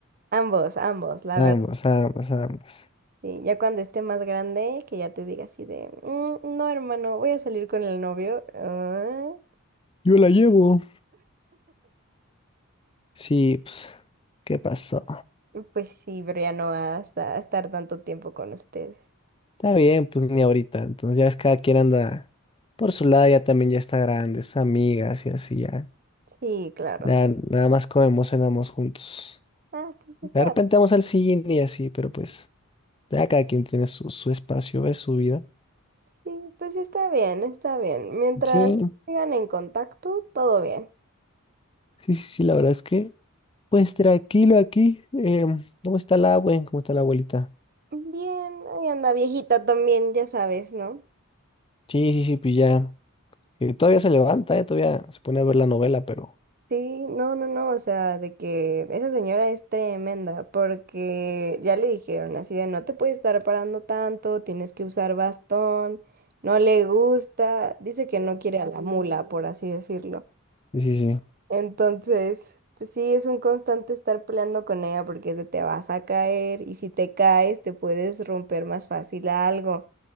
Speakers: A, on the right; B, on the left.
A: Ambos, ambos, la
B: Vamos,
A: verdad.
B: vamos, vamos.
A: Sí, ya cuando esté más grande, que ya te diga así de, "Mm, no, hermano, voy a salir con el novio. "Ah,
B: Yo la llevo. Sí, pues, ¿qué pasó?
A: pues sí, pero ya no va a esta- a estar tanto tiempo con ustedes.
B: Está bien, pues ni ahorita. Entonces ya es cada quien anda por su lado, ya también ya está grande, es amigas y así ya.
A: Sí, claro.
B: Ya nada más comemos, cenamos juntos.
A: Ah, pues
B: De
A: está,
B: repente vamos al cine y así, pero pues ya cada quien tiene su, su espacio, ve su vida.
A: sí, pues está bien, está bien. Mientras
B: Sí,
A: sigan en contacto, todo bien.
B: sí, sí, sí, la verdad es que, pues tranquilo aquí. Em, ¿cómo está la abue? ¿Cómo está la abuelita?
A: Bien, ahí anda viejita también, ya sabes, ¿no?
B: Sí, sí, sí, pues ya. que todavía se levanta, eh, todavía se pone a ver la novela, pero
A: Sí, no, no, no, o sea, de que esa señora es tremenda, porque ya le dijeron así de no te puedes estar parando tanto, tienes que usar bastón, no le gusta, dice que no quiere a la mula, por así decirlo.
B: sí, sí, sí.
A: Entonces, pues sí, es un constante estar peleando con ella porque es de te vas a caer y si te caes te puedes romper más fácil algo.